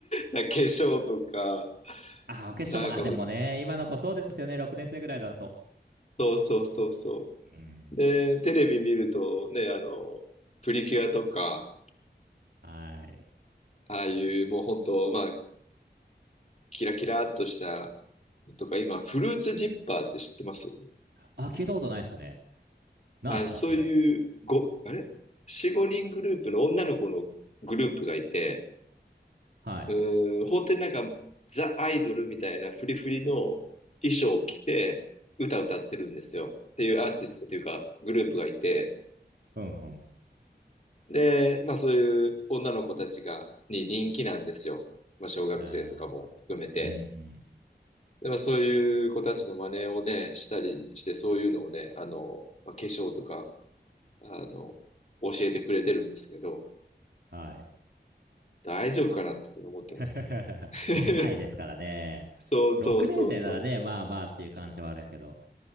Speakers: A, on the left; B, on the right.
A: なんか化粧とか、
B: あ、お化粧も、
A: なんかもう、
B: あ、でもね、今の子そうですよね。6年生ぐらいだと。
A: そうそうそうそ
B: うん。
A: う。で、テレビ見るとね、あの、プリキュアとか、
B: はい。
A: ああいうもう本当、まあ、キラキラっとしたのとか、今、フルーツジッパーって知ってます
B: あ、聞いたことないですね。なんですか、
A: あ、そういう、
B: それ。
A: ご、あれ ?4、5人グループの女の子のグループがいて、
B: はい。
A: うん、本当になんか、ザ・アイドルみたいなフリフリの衣装を着て、歌歌ってるんですよ。っていうアーティストというか、グループがいて、
B: うんうん。
A: で、まあそういう女の子たちが、に人気なんですよ。まあ小学生とかも含めて。
B: あーうんうん。
A: で、まあそういう子たちの真似をね、したりして、そういうのをね、あの、まあ、化粧とか、あの、教えてくれてるんですけど、
B: はい。
A: 大丈夫かなっていうふうに思ってます。
B: <laughs>
A: <laughs>
B: 5歳ですからね。
A: そうそうそうそう。
B: 6年生ならね、まあまあっていう感じはあるけど。